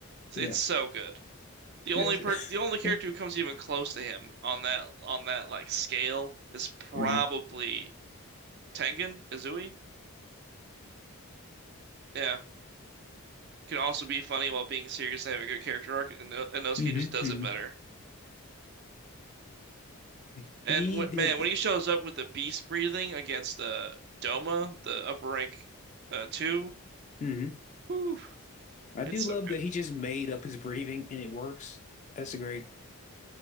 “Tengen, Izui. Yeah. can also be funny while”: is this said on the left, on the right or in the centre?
Right